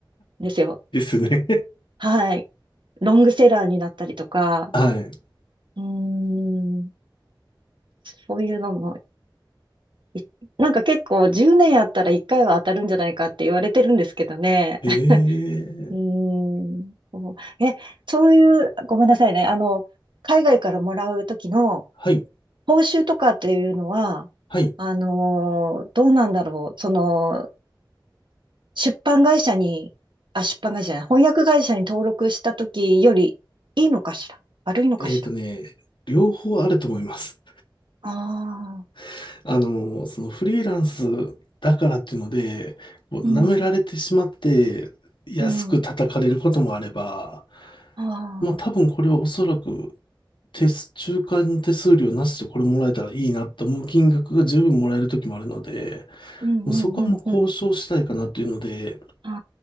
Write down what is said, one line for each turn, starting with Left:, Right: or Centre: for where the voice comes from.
Right: んですよ。
Left: ですね。
Right: はい。ロングセラーになったりとか、
Left: <laughs> はい。
Right: うーん、そういうのも、いなんか結構10年やったら1回は当たるんじゃないかって言われてるんですけどね。
Left: ええ、
Right: うーん。そうえ、そういう、ごめんなさいね。あの、海外からもらうときの
Left: はい、
Right: 報酬とかっていうのは、
Left: はい。
Right: あのー、どうなんだろう。その、出版会社に、あ、出版会社じゃない、翻訳会社に登録したときよりいいのかしら悪いのかしら
Left: えっとね、両方あると思います。
Right: ああ
Left: <laughs> あの、そのフリーランスだからっていうので、こう舐められてしまって安く叩かれることもあれば、
Right: うん、うん、ああ、
Left: まあ多分これはおそらく手数、中間手数料なしでこれもらえたらいいなと思う金額が十分もらえる時もあるので、
Right: うん、うん、
Left: もうそこはもう交渉したいかなっていうので、
Right: うん、うん。あ